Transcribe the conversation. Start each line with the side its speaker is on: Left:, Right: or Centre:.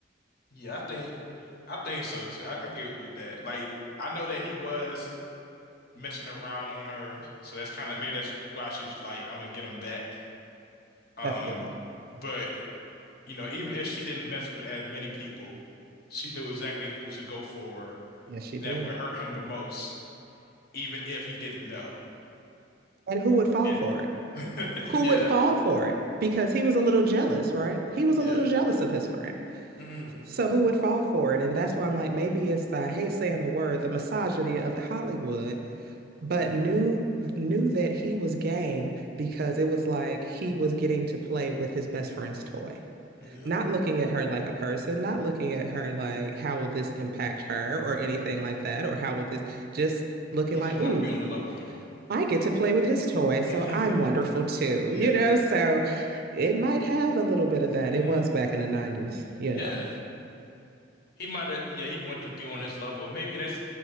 Left: Yeah. I think I think so too. I, I get you that. Like I know that he was messing around on her, so that's kind of maybe that's why she was like, I'm gonna get him back. Um,
Right: Definitely.
Left: but you know, even if she didn't mess with as many people, she knew exactly who to go for
Right: Yes, she did.
Left: that would hurt him the most, even if he didn't know.
Right: And who would fall
Left: And
Right: for it?
Left: <laughs>
Right: Who
Left: yeah,
Right: would fall for it? Because he was a little jealous, right? He was
Left: yeah.
Right: a little jealous of his friend.
Left: Mm,
Right: So who would fall for it? And that's why I'm like, maybe it's the, I hate saying the word, the misogyny of Hollywood but
Left: mm,
Right: knew knew that he was game because it was like he was getting to play with his best friend's toy.
Left: yeah.
Right: Not looking at her like a person, not looking at her like how will this impact her or anything like that, or how will this just looking
Left: He
Right: like,
Left: just wanted
Right: ooh,
Left: to be on the level with him.
Right: I get to play with his toy,
Left: <laughs>
Right: so I'm wonderful too,
Left: Yeah.
Right: you know? So it might have a little bit of that.
Left: Mm,
Right: It was back in the 90s, you
Left: yeah.
Right: know.
Left: He might have, yeah, he wanted to be on his level. Maybe that's,